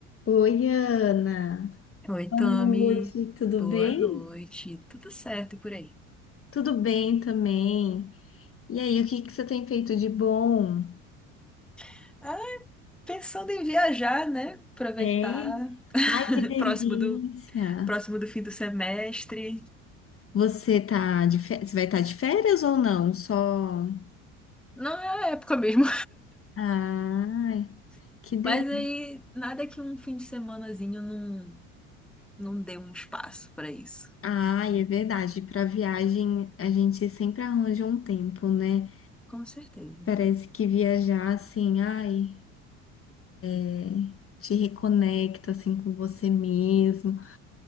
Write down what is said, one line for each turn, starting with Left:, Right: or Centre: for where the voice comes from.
Left: Oi, Ana.
Centre: Oi, Tami.
Left: Boa noite, tudo
Centre: Boa
Left: bem?
Centre: noite. Tudo certo por aí?
Left: Tudo bem também? E aí, o que que você tem feito de bom?
Centre: <laughs> Ah, pensando em viajar, né? Aproveitar.
Left: É?
Centre: <laughs>
Left: Ai, que delícia!
Centre: Próximo do, próximo do fim do semestre.
Left: Você tá de fé- Você vai estar de férias ou não? Só.
Centre: Não é a época mesmo.
Left: Ai,
Centre: <laughs>
Left: que delícia.
Centre: Mas aí, nada que um fim de semanazinho não, não dê um espaço para isso.
Left: Ai, é verdade. Para viagem, a gente sempre arranja um tempo, né?
Centre: Com certeza.
Left: Parece que viajar assim, ai, é, te reconecta assim com você mesmo.